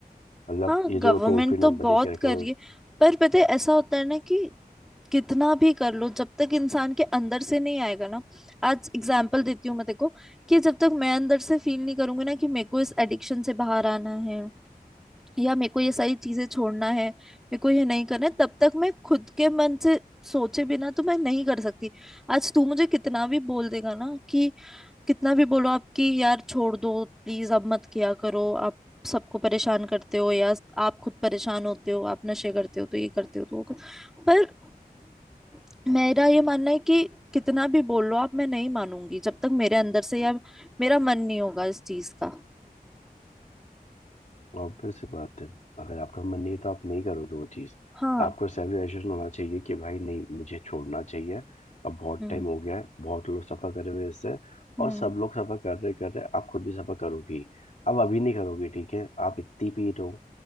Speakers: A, on the left; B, in the centre.
A: मतलब
B: हाँ
A: ये जो
B: गवर्नमेंट
A: टोल फ्री नंबर
B: तो बहुत
A: दे के रखे
B: कर
A: हुए
B: रही है पर पता है ऐसा होता है ना कि कितना भी कर लो जब तक इंसान के अंदर से नहीं आएगा ना आज एग्जाम्पल देती हूँ मैं देखो कि जब तक मैं अंदर से फील नहीं करूंगी ना कि मेरे को इस एडिक्शन से बाहर आना है या मेरे को ये सारी चीजें छोड़ना है मेरे को ये नहीं करना है तब तक मैं खुद के मन से सोचे बिना तो मैं नहीं कर सकती आज तू मुझे कितना भी बोल देगा ना कि कितना भी बोलो आपकी यार छोड़ दो प्लीज अब मत किया करो आप सबको परेशान करते हो या आप खुद परेशान होते हो आप नशे करते हो तो ये करते हो तो वो कर... पर <clears throat> मेरा ये मानना है कि कितना भी बोल लो आप मैं नहीं मानूंगी जब तक मेरे अंदर से या मेरा मन नहीं होगा इस चीज का
A: ऑब्वियस सी बात है अगर आपका मन नहीं है तो आप नहीं करोगे वो चीज़
B: हाँ
A: आपको सेल्फ रियलाइजेशन होना चाहिए कि भाई नहीं मुझे छोड़ना चाहिए अब बहुत
B: हम्म
A: टाइम हो गया है बहुत लोग सफ़र कर रहे हैं इससे
B: हम्म
A: और सब लोग सफ़र कर रहे कर रहे आप खुद भी सफ़र करोगी अब अभी नहीं करोगी ठीक है आप इतनी पीट हो